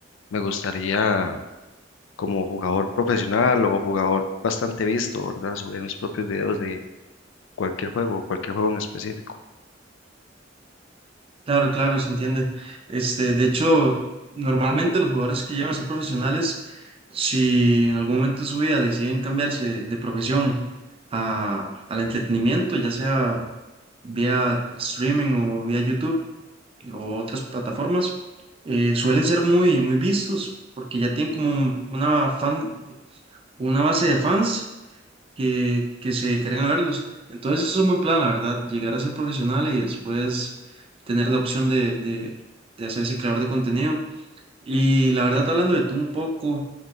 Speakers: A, on the left (about 75°); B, on the right (about 30°).
A: me gustaría como jugador profesional o jugador bastante visto, ¿verdad? Subir mis propios videos de cualquier juego, cualquier juego en específico.
B: Claro, claro, se entiende. Este, de hecho, normalmente los jugadores que llegan a ser profesionales, si en algún momento de su vida deciden cambiarse de profesión a, al entretenimiento, ya sea vía streaming o vía YouTube o otras plataformas, eh, suelen ser muy, muy vistos porque ya tienen como un- una fan, una base de fans que, que se dedicarían a verlos. Entonces es un buen plan, la verdad, llegar a ser profesional y después tener la opción de, de, de hacerse creador de contenido. Y la verdad, hablando de tú un poco,